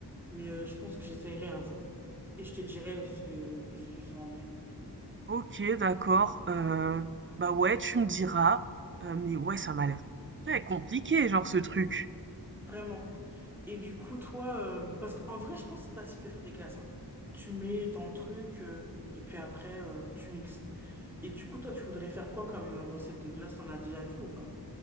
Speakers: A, in the centre; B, on the right (about 30°).
A: Mais euh, je pense que j'essaierai un jour. Et je te dirai ce que, ce que ça en est.
B: OK, d'accord, heu, bah, ouais, tu me diras, heu, mais ouais, ça m'a l'air très compliqué, genre, ce truc.
A: Vraiment. Et du coup, toi, euh, parce qu'en vrai, je pense que c'est facile de faire des glaces. hein. Tu mets dans le truc euh, et puis après, euh, tu mixes. Et du coup, toi, tu voudrais faire quoi comme euh, recette de glace? T'en as déjà vu ou pas?